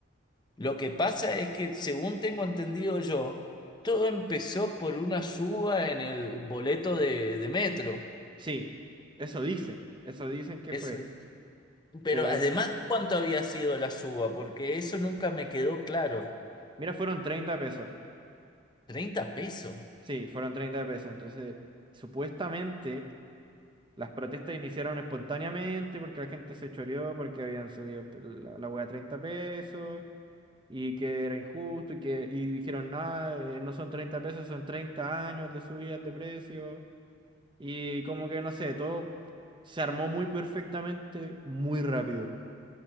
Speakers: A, on the left; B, on the right.
A: Lo que pasa es que, según tengo entendido yo, todo empezó por una suba en el boleto de, de metro.
B: sí, eso dicen, eso dicen que
A: Eso,
B: fue.
A: pero
B: Pero
A: además,
B: ahí, ahí-
A: ¿cuánto había sido la suba? Porque eso nunca me quedó claro.
B: mira, fueron 30 pesos.
A: Treinta pesos?
B: Sí, fueron 30 pesos. Entonces, supuestamente las protestas iniciaron espontáneamente porque la gente se choreó, porque habían subido el- la, la hueá a 30 pesos. y que era injusto y que y dijeron, nada, eh, no son 30 pesos, son 30 años de subidas de precios y como que no sé, todo se armó muy perfectamente, muy rápido.